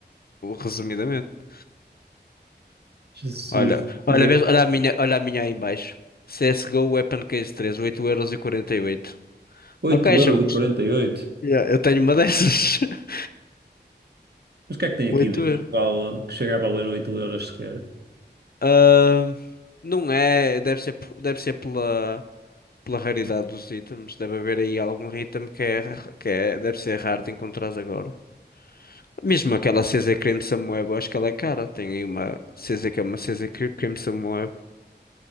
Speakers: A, on the left (about 60°); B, on the right (about 65°).
A: Resumidamente.
B: Jesus,
A: Olha,
B: cento
A: olha,
B: e dez
A: vês? Olha a minha, olha a minha aí em baixo. CSGO Weapon Case 3, 8,48€.
B: oito
A: Uma caixa,
B: euros
A: vou
B: e
A: cust-
B: quarenta e oito
A: Yeah, eu tenho uma dessas. <laughs>
B: Mas o que é que tem aqui
A: oito
B: dentro
A: euros
B: que, vale, que chega a valer 8 euros sequer?
A: Ahn, não é, deve ser, p- deve ser pela, pela raridade dos itens. Deve haver aí algum item que é, ra- que é, deve ser raro de encontrar agora. Mesmo aquela CZ Cream Samoeba, eu acho que ela é cara. Tem aí uma CZ que é uma CZ Cre- Cream Samoeba.